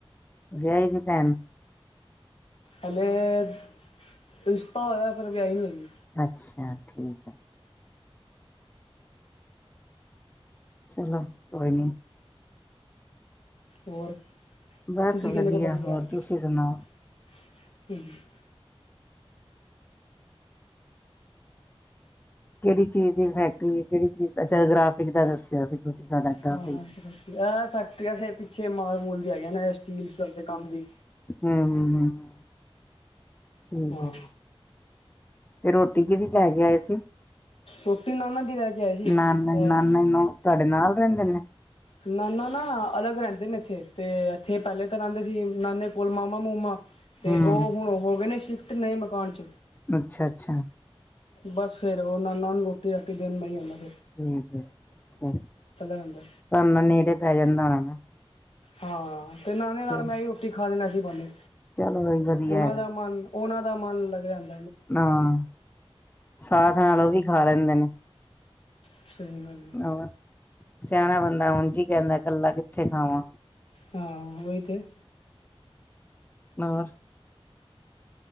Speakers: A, on the left; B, on the left.
A: ਵਿਆਈ ਦੀ ਭੈਣ?
B: ਹਲੇ, ਰਿਸ਼ਤਾ ਹੋਏਆ ਪਰ ਵਿਆਈ ਹੋਈ ਏ
A: ਅੱਛਾ, ਠੀਕ ਏ ਚਲੋ ਕੋਈ ਨੀ
B: ਹੋਰ?
A: ਬਾਸ
B: ਤੁਸੀਂ
A: ਵਦੀਆ
B: ਕਿੰਨੇ ਕੁ ਭਾਈ ਭਰਾ
A: ਹੋਰ
B: ਨੇ
A: ਤੁਸੀਂ ਸਨਾਓ?
B: <unintelligible>
A: ਕਿਹੜੀ ਚੀਜ ਦੀ ਫੈਕਟਰੀ ਕਿਹੜੀ ਚੀਜ, ਅੱਛਾ ਗ੍ਰਰਾਫਿਕ ਦਾ ਦੱਸੇਆ ਸੀ ਤੁਸੀਂ ਤੁਹਾਡਾ ਗ੍ਰਾਫਿਕ
B: ਹਾਂ ਦੱਸਿਆ ਐ ਫੈਕਟਰੀ ਅੱਗੇ- ਪਿੱਛੇ ਮਾਲ-ਮੂਲ ਜੇ ਹੈਗੇ ਨੇ ਸਟੀਲ ਸਟਾਈਲ ਦੇ ਕਾਮ ਦੀ
A: ਹੂੰ-ਹੂੰ ਹਾਂ, ਠੀਕ
B: ਹਾਂ
A: ਐ। ਤੇ ਰੋਟੀ ਕਿਹਦੀ ਲੈ ਕੇ ਆਏ ਸੀ?
B: ਰੋਟੀ ਨਾਨਾ ਦੀ ਲੈ ਕੇ ਆਏ ਸੀ
A: ਨਾਨੇ
B: ਅ
A: ਨਾਨੇ ਨੂੰ ਤੁਹਾਡੇ ਨਾਲ ਰਹਿੰਦੇ ਨੇ?
B: ਨਾਨਾ ਨਾ ਅਲੱਗ ਰਹਿੰਦੇ ਨੇ ਇੱਥੇ ਤੇ ਇੱਥੇ ਪਹਿਲੇ ਤਾਂ ਰਹਿੰਦੇ ਸੀ ਨਾਨੇ ਕੋਲ ਮਾਮਾ-ਮੂਮਾ ਤੇ
A: ਹੂੰ
B: ਉਹ ਹੁਣ ਹੋ ਗਏ ਨੇ ਸ਼ਿਫਟ ਨਏ ਮਕਾਨ 'ਚ।
A: ਅੱਛਾ ਅੱਛਾ।
B: ਬਸ ਫੇਰ ਉਹ ਨਾਨਾ ਨੂੰ ਰੋਟੀ-ਰਾਟੀ ਦੇਣ ਮੈ ਹੀ ਆਣਾ ਫੇਰ।
A: ਠੀਕ ਐ ਤਾਨੂੰ
B: ਰਹਿੰਦਾ
A: ਨਾਨਾ ਨੇੜੇ ਪੈ ਜਾਂਦਾ ਹੋਣਾ ਨਾ?
B: ਹਾਂ ਤੇ ਨਾਨੇ
A: ਅੱਛਾ
B: ਨਾਲ ਮੈਂ ਹੀ ਰੋਟੀ ਖਾ ਲੈਨਾ ਏਸੇ ਬਾਨੇ
A: ਚਲੋ ਵੀ ਵਧੀਆ
B: ਉਹਨਾਂ
A: ਹੈਗਾ
B: ਦਾ ਮਨ ਉਹਨਾਂ ਦਾ ਮਨ ਲੱਗ ਜਾਂਦੈ
A: ਹਾਂ ਸਾਥ ਨਾਲ ਉਹ ਵੀ ਖਾ ਲੈਂਦੇ ਨੇ।
B: ਸਹੀ ਗੱਲ ਏ
A: ਹੋਰ ਸਿਆਣਾ ਬੰਦਾ ਉਂਝ ਹੀ ਕਹਿੰਦਾ ਕੱਲਾ ਕਿੱਥੇ ਖਾਵਾਂ।
B: ਹਾਂ ਉਹੀ ਤੇ।
A: ਹੋਰ